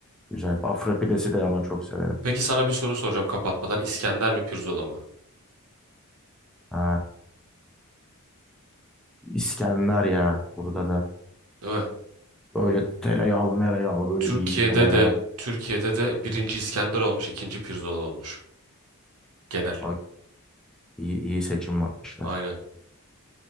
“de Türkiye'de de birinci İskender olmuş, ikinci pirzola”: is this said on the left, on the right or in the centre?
Right